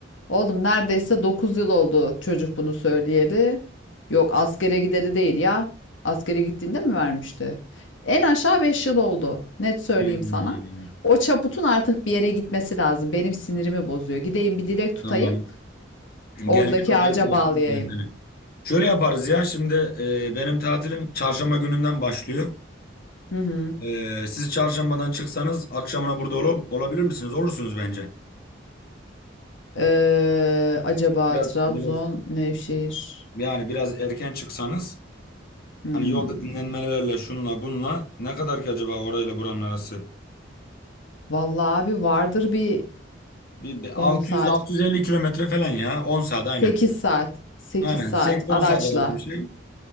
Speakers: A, on the left; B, on the left.
A: Oğlum neredeyse 9 yıl oldu çocuk bunu söyleyeli. Yok askere gideli değil ya. Askere gittiğinde mi vermişti? En aşağı 5 yıl oldu. Net söyleyeyim
B: Hmm.
A: sana. O çaputun artık bir yere gitmesi lazım. Benim sinirimi bozuyor. Gideyim bir dilek tutayım.
B: Tamam. Gel
A: Oradaki
B: gel oraya
A: ağaca
B: da
A: bağlayayım.
B: götürürüm ya seni. Şöyle yaparız ya şimdi e, benim tatilim çarşamba gününden başlıyor.
A: Hı hı.
B: E, siz çarşambadan çıksanız akşamına burada ol olabilir misiniz? Olursunuz bence.
A: Ee, acaba
B: Biraz
A: Trabzon,
B: biraz
A: Nevşehir.
B: yani biraz erken çıksanız
A: Hmm.
B: hani yolda dinlenmelerle şunla bunla ne kadar ki acaba orayla buranın arası?
A: Vallahi abi vardır bir
B: Bir, bir
A: 10
B: 600-650
A: saat,
B: kilometre falan ya 10 saat aynen.
A: 8 saat, 8
B: Aynen
A: saat
B: 8-10
A: araçla.
B: saat arası bir şey.